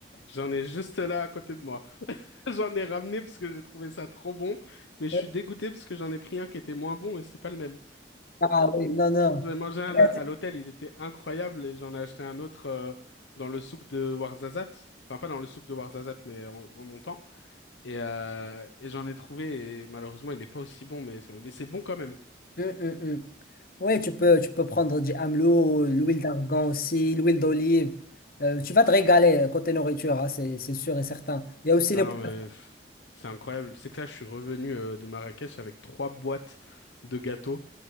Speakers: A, on the left (about 75°); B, on the left (about 50°).
A: J'en ai juste là à côté de moi. <laughs> J'en ai ramené parce que j'ai trouvé ça trop bon, mais je
B: euh,
A: suis dégoûté parce que j'en ai pris un qui était moins bon et c'est pas le même.
B: Ah oui, non, non.
A: J'en ai mangé un
B: Ouais,
A: là- à
B: c'est-
A: l'hôtel, il était incroyable et j'en ai acheté un autre euh, dans le souk de Ouarzazate. Enfin, pas dans le souk de Ouarzazate, mais en, en montant. Et, euh, et j'en ai trouvé et malheureusement, il n'est pas aussi bon, mais, mais c'est bon quand même.
B: Hum, hum, hum. Ouais, tu peux, tu peux prendre du Amlou, l'huile d'argan aussi, l'huile d'olive. Euh, tu vas te régaler euh, côté nourriture, hein, c'est c'est sûr et certain. Il y a aussi
A: Ah
B: les.
A: non, mais
B: <laughs>
A: pff, c'est incroyable. C'est que là, je suis revenu euh, de Marrakech avec trois boîtes de gâteaux